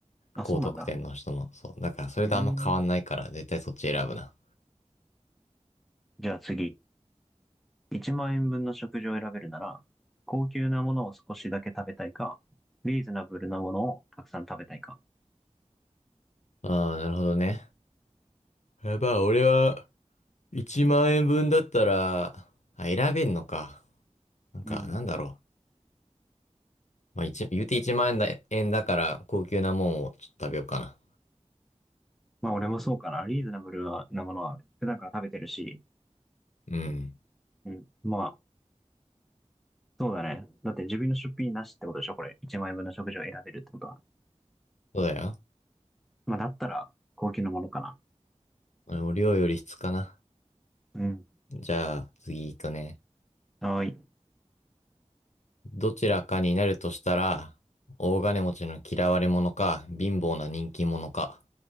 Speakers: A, in the centre; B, on the left (about 70°).
A: あ、
B: 高得点の人の、
A: そうなんだ。
B: そう。だからそれとあんま変わんないから、
A: うーん。
B: 絶対そっち選ぶな。
A: じゃあ次。1万円分の食事を選べるなら、高級なものを少しだけ食べたいか、リーズナブルなものをたくさん食べたいか。
B: ああ、なるほどね。やばい、俺は、1万円分だったら、あ、選べんのか。なんか、
A: うん。
B: なんだろう。まあ、一、言うて1万円だ、円だから、高級なもんをちょっと食べようかな。
A: まあ俺もそうかな。リーズナブルなものは普段から食べてるし、
B: うん。
A: うん。まあ、そうだね。だって自分の出費なしってことでしょこれ。1万円分の食事を選べるってことは。
B: そうだよ。
A: まあだったら、高級なものかな。
B: 俺も量より質かな。
A: うん。
B: じゃあ、次行くね。
A: はーい。
B: どちらかになるとしたら、大金持ちの嫌われ者か、貧乏な人気者か。